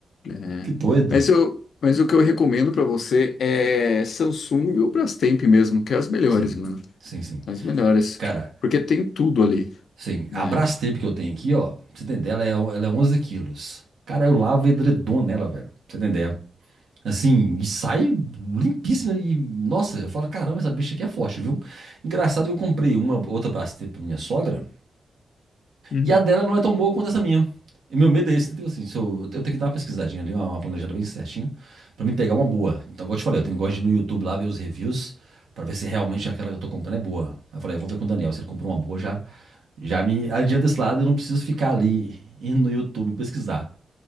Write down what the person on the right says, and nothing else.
Que doido.
Sim,
sim, sim.
Cara,
sim.
A Brastemp que eu tenho aqui, ó, pra você entender, ela é, ela é 11 quilos. Cara, eu lavo edredom nela, velho. Pra você entender. Assim, e sai limpíssima. E, nossa, eu falo, caramba, essa bicha aqui é forte, viu? Engraçado que eu comprei uma outra Brastemp pra minha sogra.
E a dela não é tão boa quanto essa minha. E meu medo é esse, entendeu? Assim, se eu, eu tenho que dar uma pesquisadinha ali, uma, uma planejada bem certinho, pra me pegar uma boa. Então, igual eu te falei, eu tenho, gosto de ir no YouTube lá ver os reviews, pra ver se realmente aquela que eu tô comprando é boa. Aí eu falei, eu vou ver com o Daniel, se ele comprou uma boa, já, já me adianta esse lado, eu não preciso ficar ali indo no YouTube pesquisar.